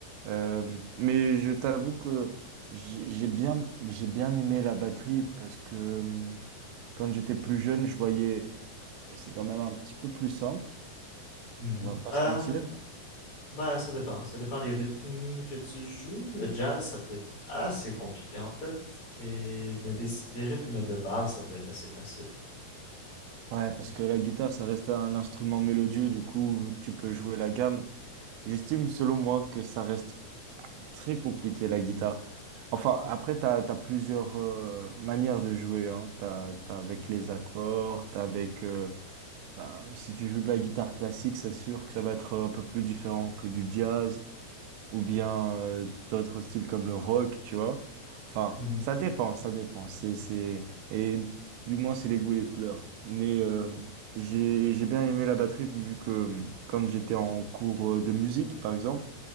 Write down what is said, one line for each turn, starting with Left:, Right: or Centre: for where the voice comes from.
Right: Euh, mais je t'avoue que j'ai j'ai bien, j'ai bien aimé la batterie parce que hum, quand j'étais plus jeune, je voyais, c'est quand même un petit peu plus simple,
Left: mhm.
Right: on va pas
Left: Euh,
Right: se mentir.
Left: ben, ça dépend. Ça dépend les rythmes que tu joues. Le jazz, ça peut être assez compliqué en fait. Et, mais des, les rythmes de base, ça peut être assez facile.
Right: Ouais, parce que la guitare, ça reste un instrument mélodieux, du coup, tu peux jouer la gamme. J'estime, selon moi, que ça reste très compliqué, la guitare. Enfin, après, tu as, plusieurs euh, manières de jouer. Hein. T'as, t'as avec les accords, t'as avec... euh, bah, si tu joues de la guitare classique, c'est sûr que ça va être un peu plus différent que du jazz ou bien euh, d'autres styles comme le rock, tu vois. Enfin,
Left: Mhm.
Right: ça dépend, ça dépend. C'est, c'est... Et du moins, c'est les goûts et les couleurs. Mais euh, j'ai, j'ai bien aimé la batterie vu que euh, quand j'étais en cours euh, de musique, par exemple,